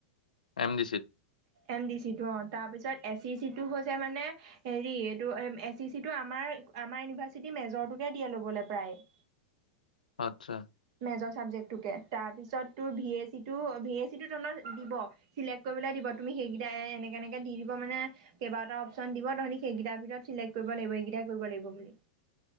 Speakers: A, on the left (about 80°); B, on the right (about 55°).
A: এম ডি চিত?
B: এম ডি চিটো অ' তাৰপিছত এ চি চিটো হৈছে মানে হেৰি এইটো এ চি চি টো আমাৰ আমাৰ ইউনিভাৰ্চিটি মেজৰটোকে দিয়ে ল'বলে প্ৰায়। <inaudible>
A: আচ্ছা।
B: মেজৰ ছাবজেক্টোকে তাৰপিছত তোৰ ভি এ চিটো ভি এ চিটো তহঁতক দিব। চিলেক্ট কৰিবলে দিব তুমি সেইকেইটা এ এনেকে এনেকে দি দিব মানে কেইবাটাও অপচন দিব তহতি সেইকেইটাৰ ভিতৰত চিলেক্ট কৰিব লাগিব এইকেইটা কৰিব লাগিব বুলি।